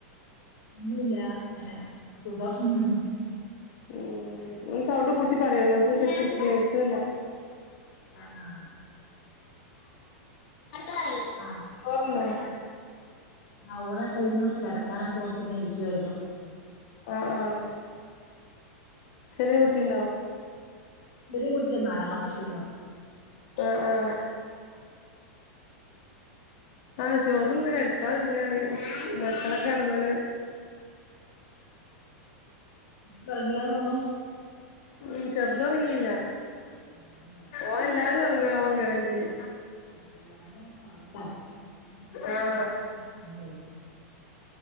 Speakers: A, on the left; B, on the left.
A: ഒന്നുവില്ലാ എല സുഖം
B: ഉം ഒന്ന് സൗണ്ട് കൂട്ടി പറയോ നിങ്ങള് ശ കേക്ക
A: അ ആഹ്
B: <unintelligible>
A: ആ ആ ഊണക്കയിഞ്ഞു കെടക്കാനൊക്കെ ഓർത്തിങ്ങനെ ഇരിക്കുആയ്രുന്നു
B: ആ ആ ചെരിയ കുട്ടിണ്ടോ?
A: ചെരീകുട്ടി നാലാം ക്ലാസ് തീണ്
B: അ ആ ആഹ് ചോറിന്ന് കെട്ക്കാ ഒര്ങ്ങാണ് മക്കള കെടന്നണ്
A: ട്ടൊർങ്ങീല്ലാ തോന്നുണൂ
B: ഉം ചെർദ റ്ങ്ങീല്ലാ
A: അമ്മോ.
B: ഓല്ലാ ട്ട് ഒറങ്ങണോ ഒറങ്ങണെങ്കില്
A: ആ ഓ അങ്ങനോം പാടാ <unintelligible>
B: ആഹ്
A: <unintelligible>